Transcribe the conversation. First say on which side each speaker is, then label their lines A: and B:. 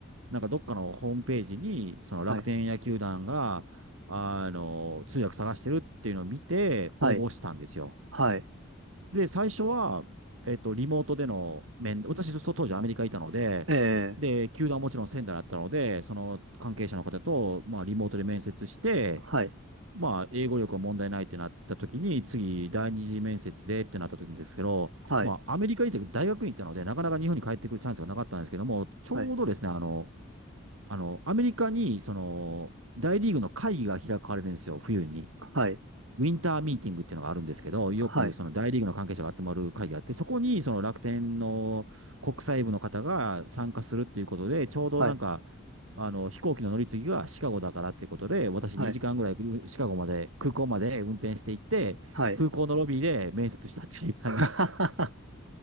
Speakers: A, on the right; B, on the right.
A: なんかどっかのホームページに、その楽天野球団が、
B: はい。
A: あの、通訳探してるっていうのを見て、
B: はい。
A: 応募したんですよ。
B: はい。
A: で、最初は、えっと、リモートでの面、私、そ当時アメリカにいたので、
B: ええ、
A: で、球団はもちろん仙台だったので、その関係者の方と、まあ、リモートで面接して、
B: はい。
A: まあ、英語力は問題ないってなった時に、次、第二次面接でってなった時にですけど、
B: はい。
A: まあ、アメリカに行って大学に行ったので、なかなか日本に帰ってくるチャンスがなかったんですけども、ちょうどですね、
B: はい。
A: あの、あの、アメリカに、その、大リーグの会議が開かれるんですよ、冬に。
B: はい。
A: ウィンターミーティングっていうのがあるんですけど、よくその大リーグの関係者が集まる会議があって、
B: はい。
A: そこにその楽天の国際部の方が参加するっていうことで、ちょうどなんか、
B: はい。
A: あの、飛行機の乗り継ぎがシカゴだからっていうことで、私2時間ぐらいシカゴまで、
B: はい。
A: 空港まで運転していって、
B: はい。
A: 空港のロビーで面接したっていう感じです。
B: <laughs> はははは。